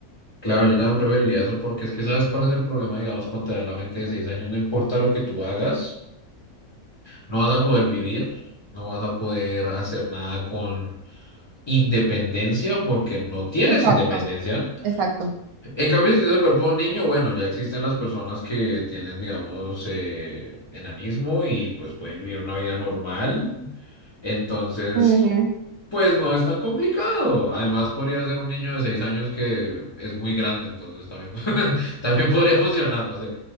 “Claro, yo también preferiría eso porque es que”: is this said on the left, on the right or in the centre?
Left